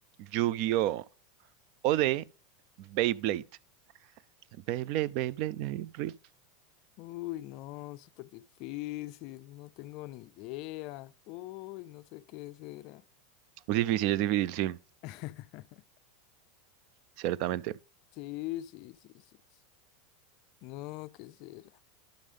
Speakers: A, on the right; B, on the left.
A: Yu-Gi-Oh! O D. Beyblade. Beyblade, Beyblade, Beyblade.
B: Uy, no, súper difícil. No tengo ni idea. Uy, no sé qué será.
A: Es difícil, es difícil, sí,
B: <laughs>
A: ciertamente.
B: Sí, sí, sí, sí. No, ¿qué será?